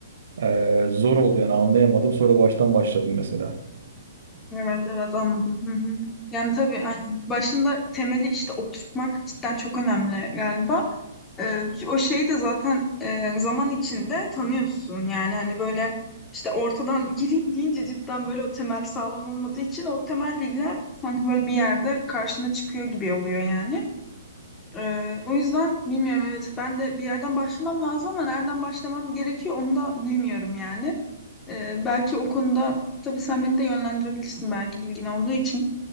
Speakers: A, on the right; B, on the left.
A: Ee, zor oldu yani anlayamadım. Sonra baştan başladım mesela.
B: Evet evet anladım. Hı hı. Yani tabii aynen. Başında temeli işte oturtmak cidden çok önemli galiba. Ee, o şeyi de zaten e, zaman içinde tanıyorsun. Yani hani böyle işte ortadan <laughs> gireyim deyince cidden böyle o temel sağlam olmadığı için o temel bilgiler sanki böyle bir yerde karşına çıkıyor gibi oluyor yani. Ee, o yüzden bilmiyorum evet ben de bir yerden başlamam lazım ama nereden başlamam gerekiyor onu da bilmiyorum yani. Ee, belki o konuda tabii sen beni de yönlendirebilirsin belki bilgin olduğu için.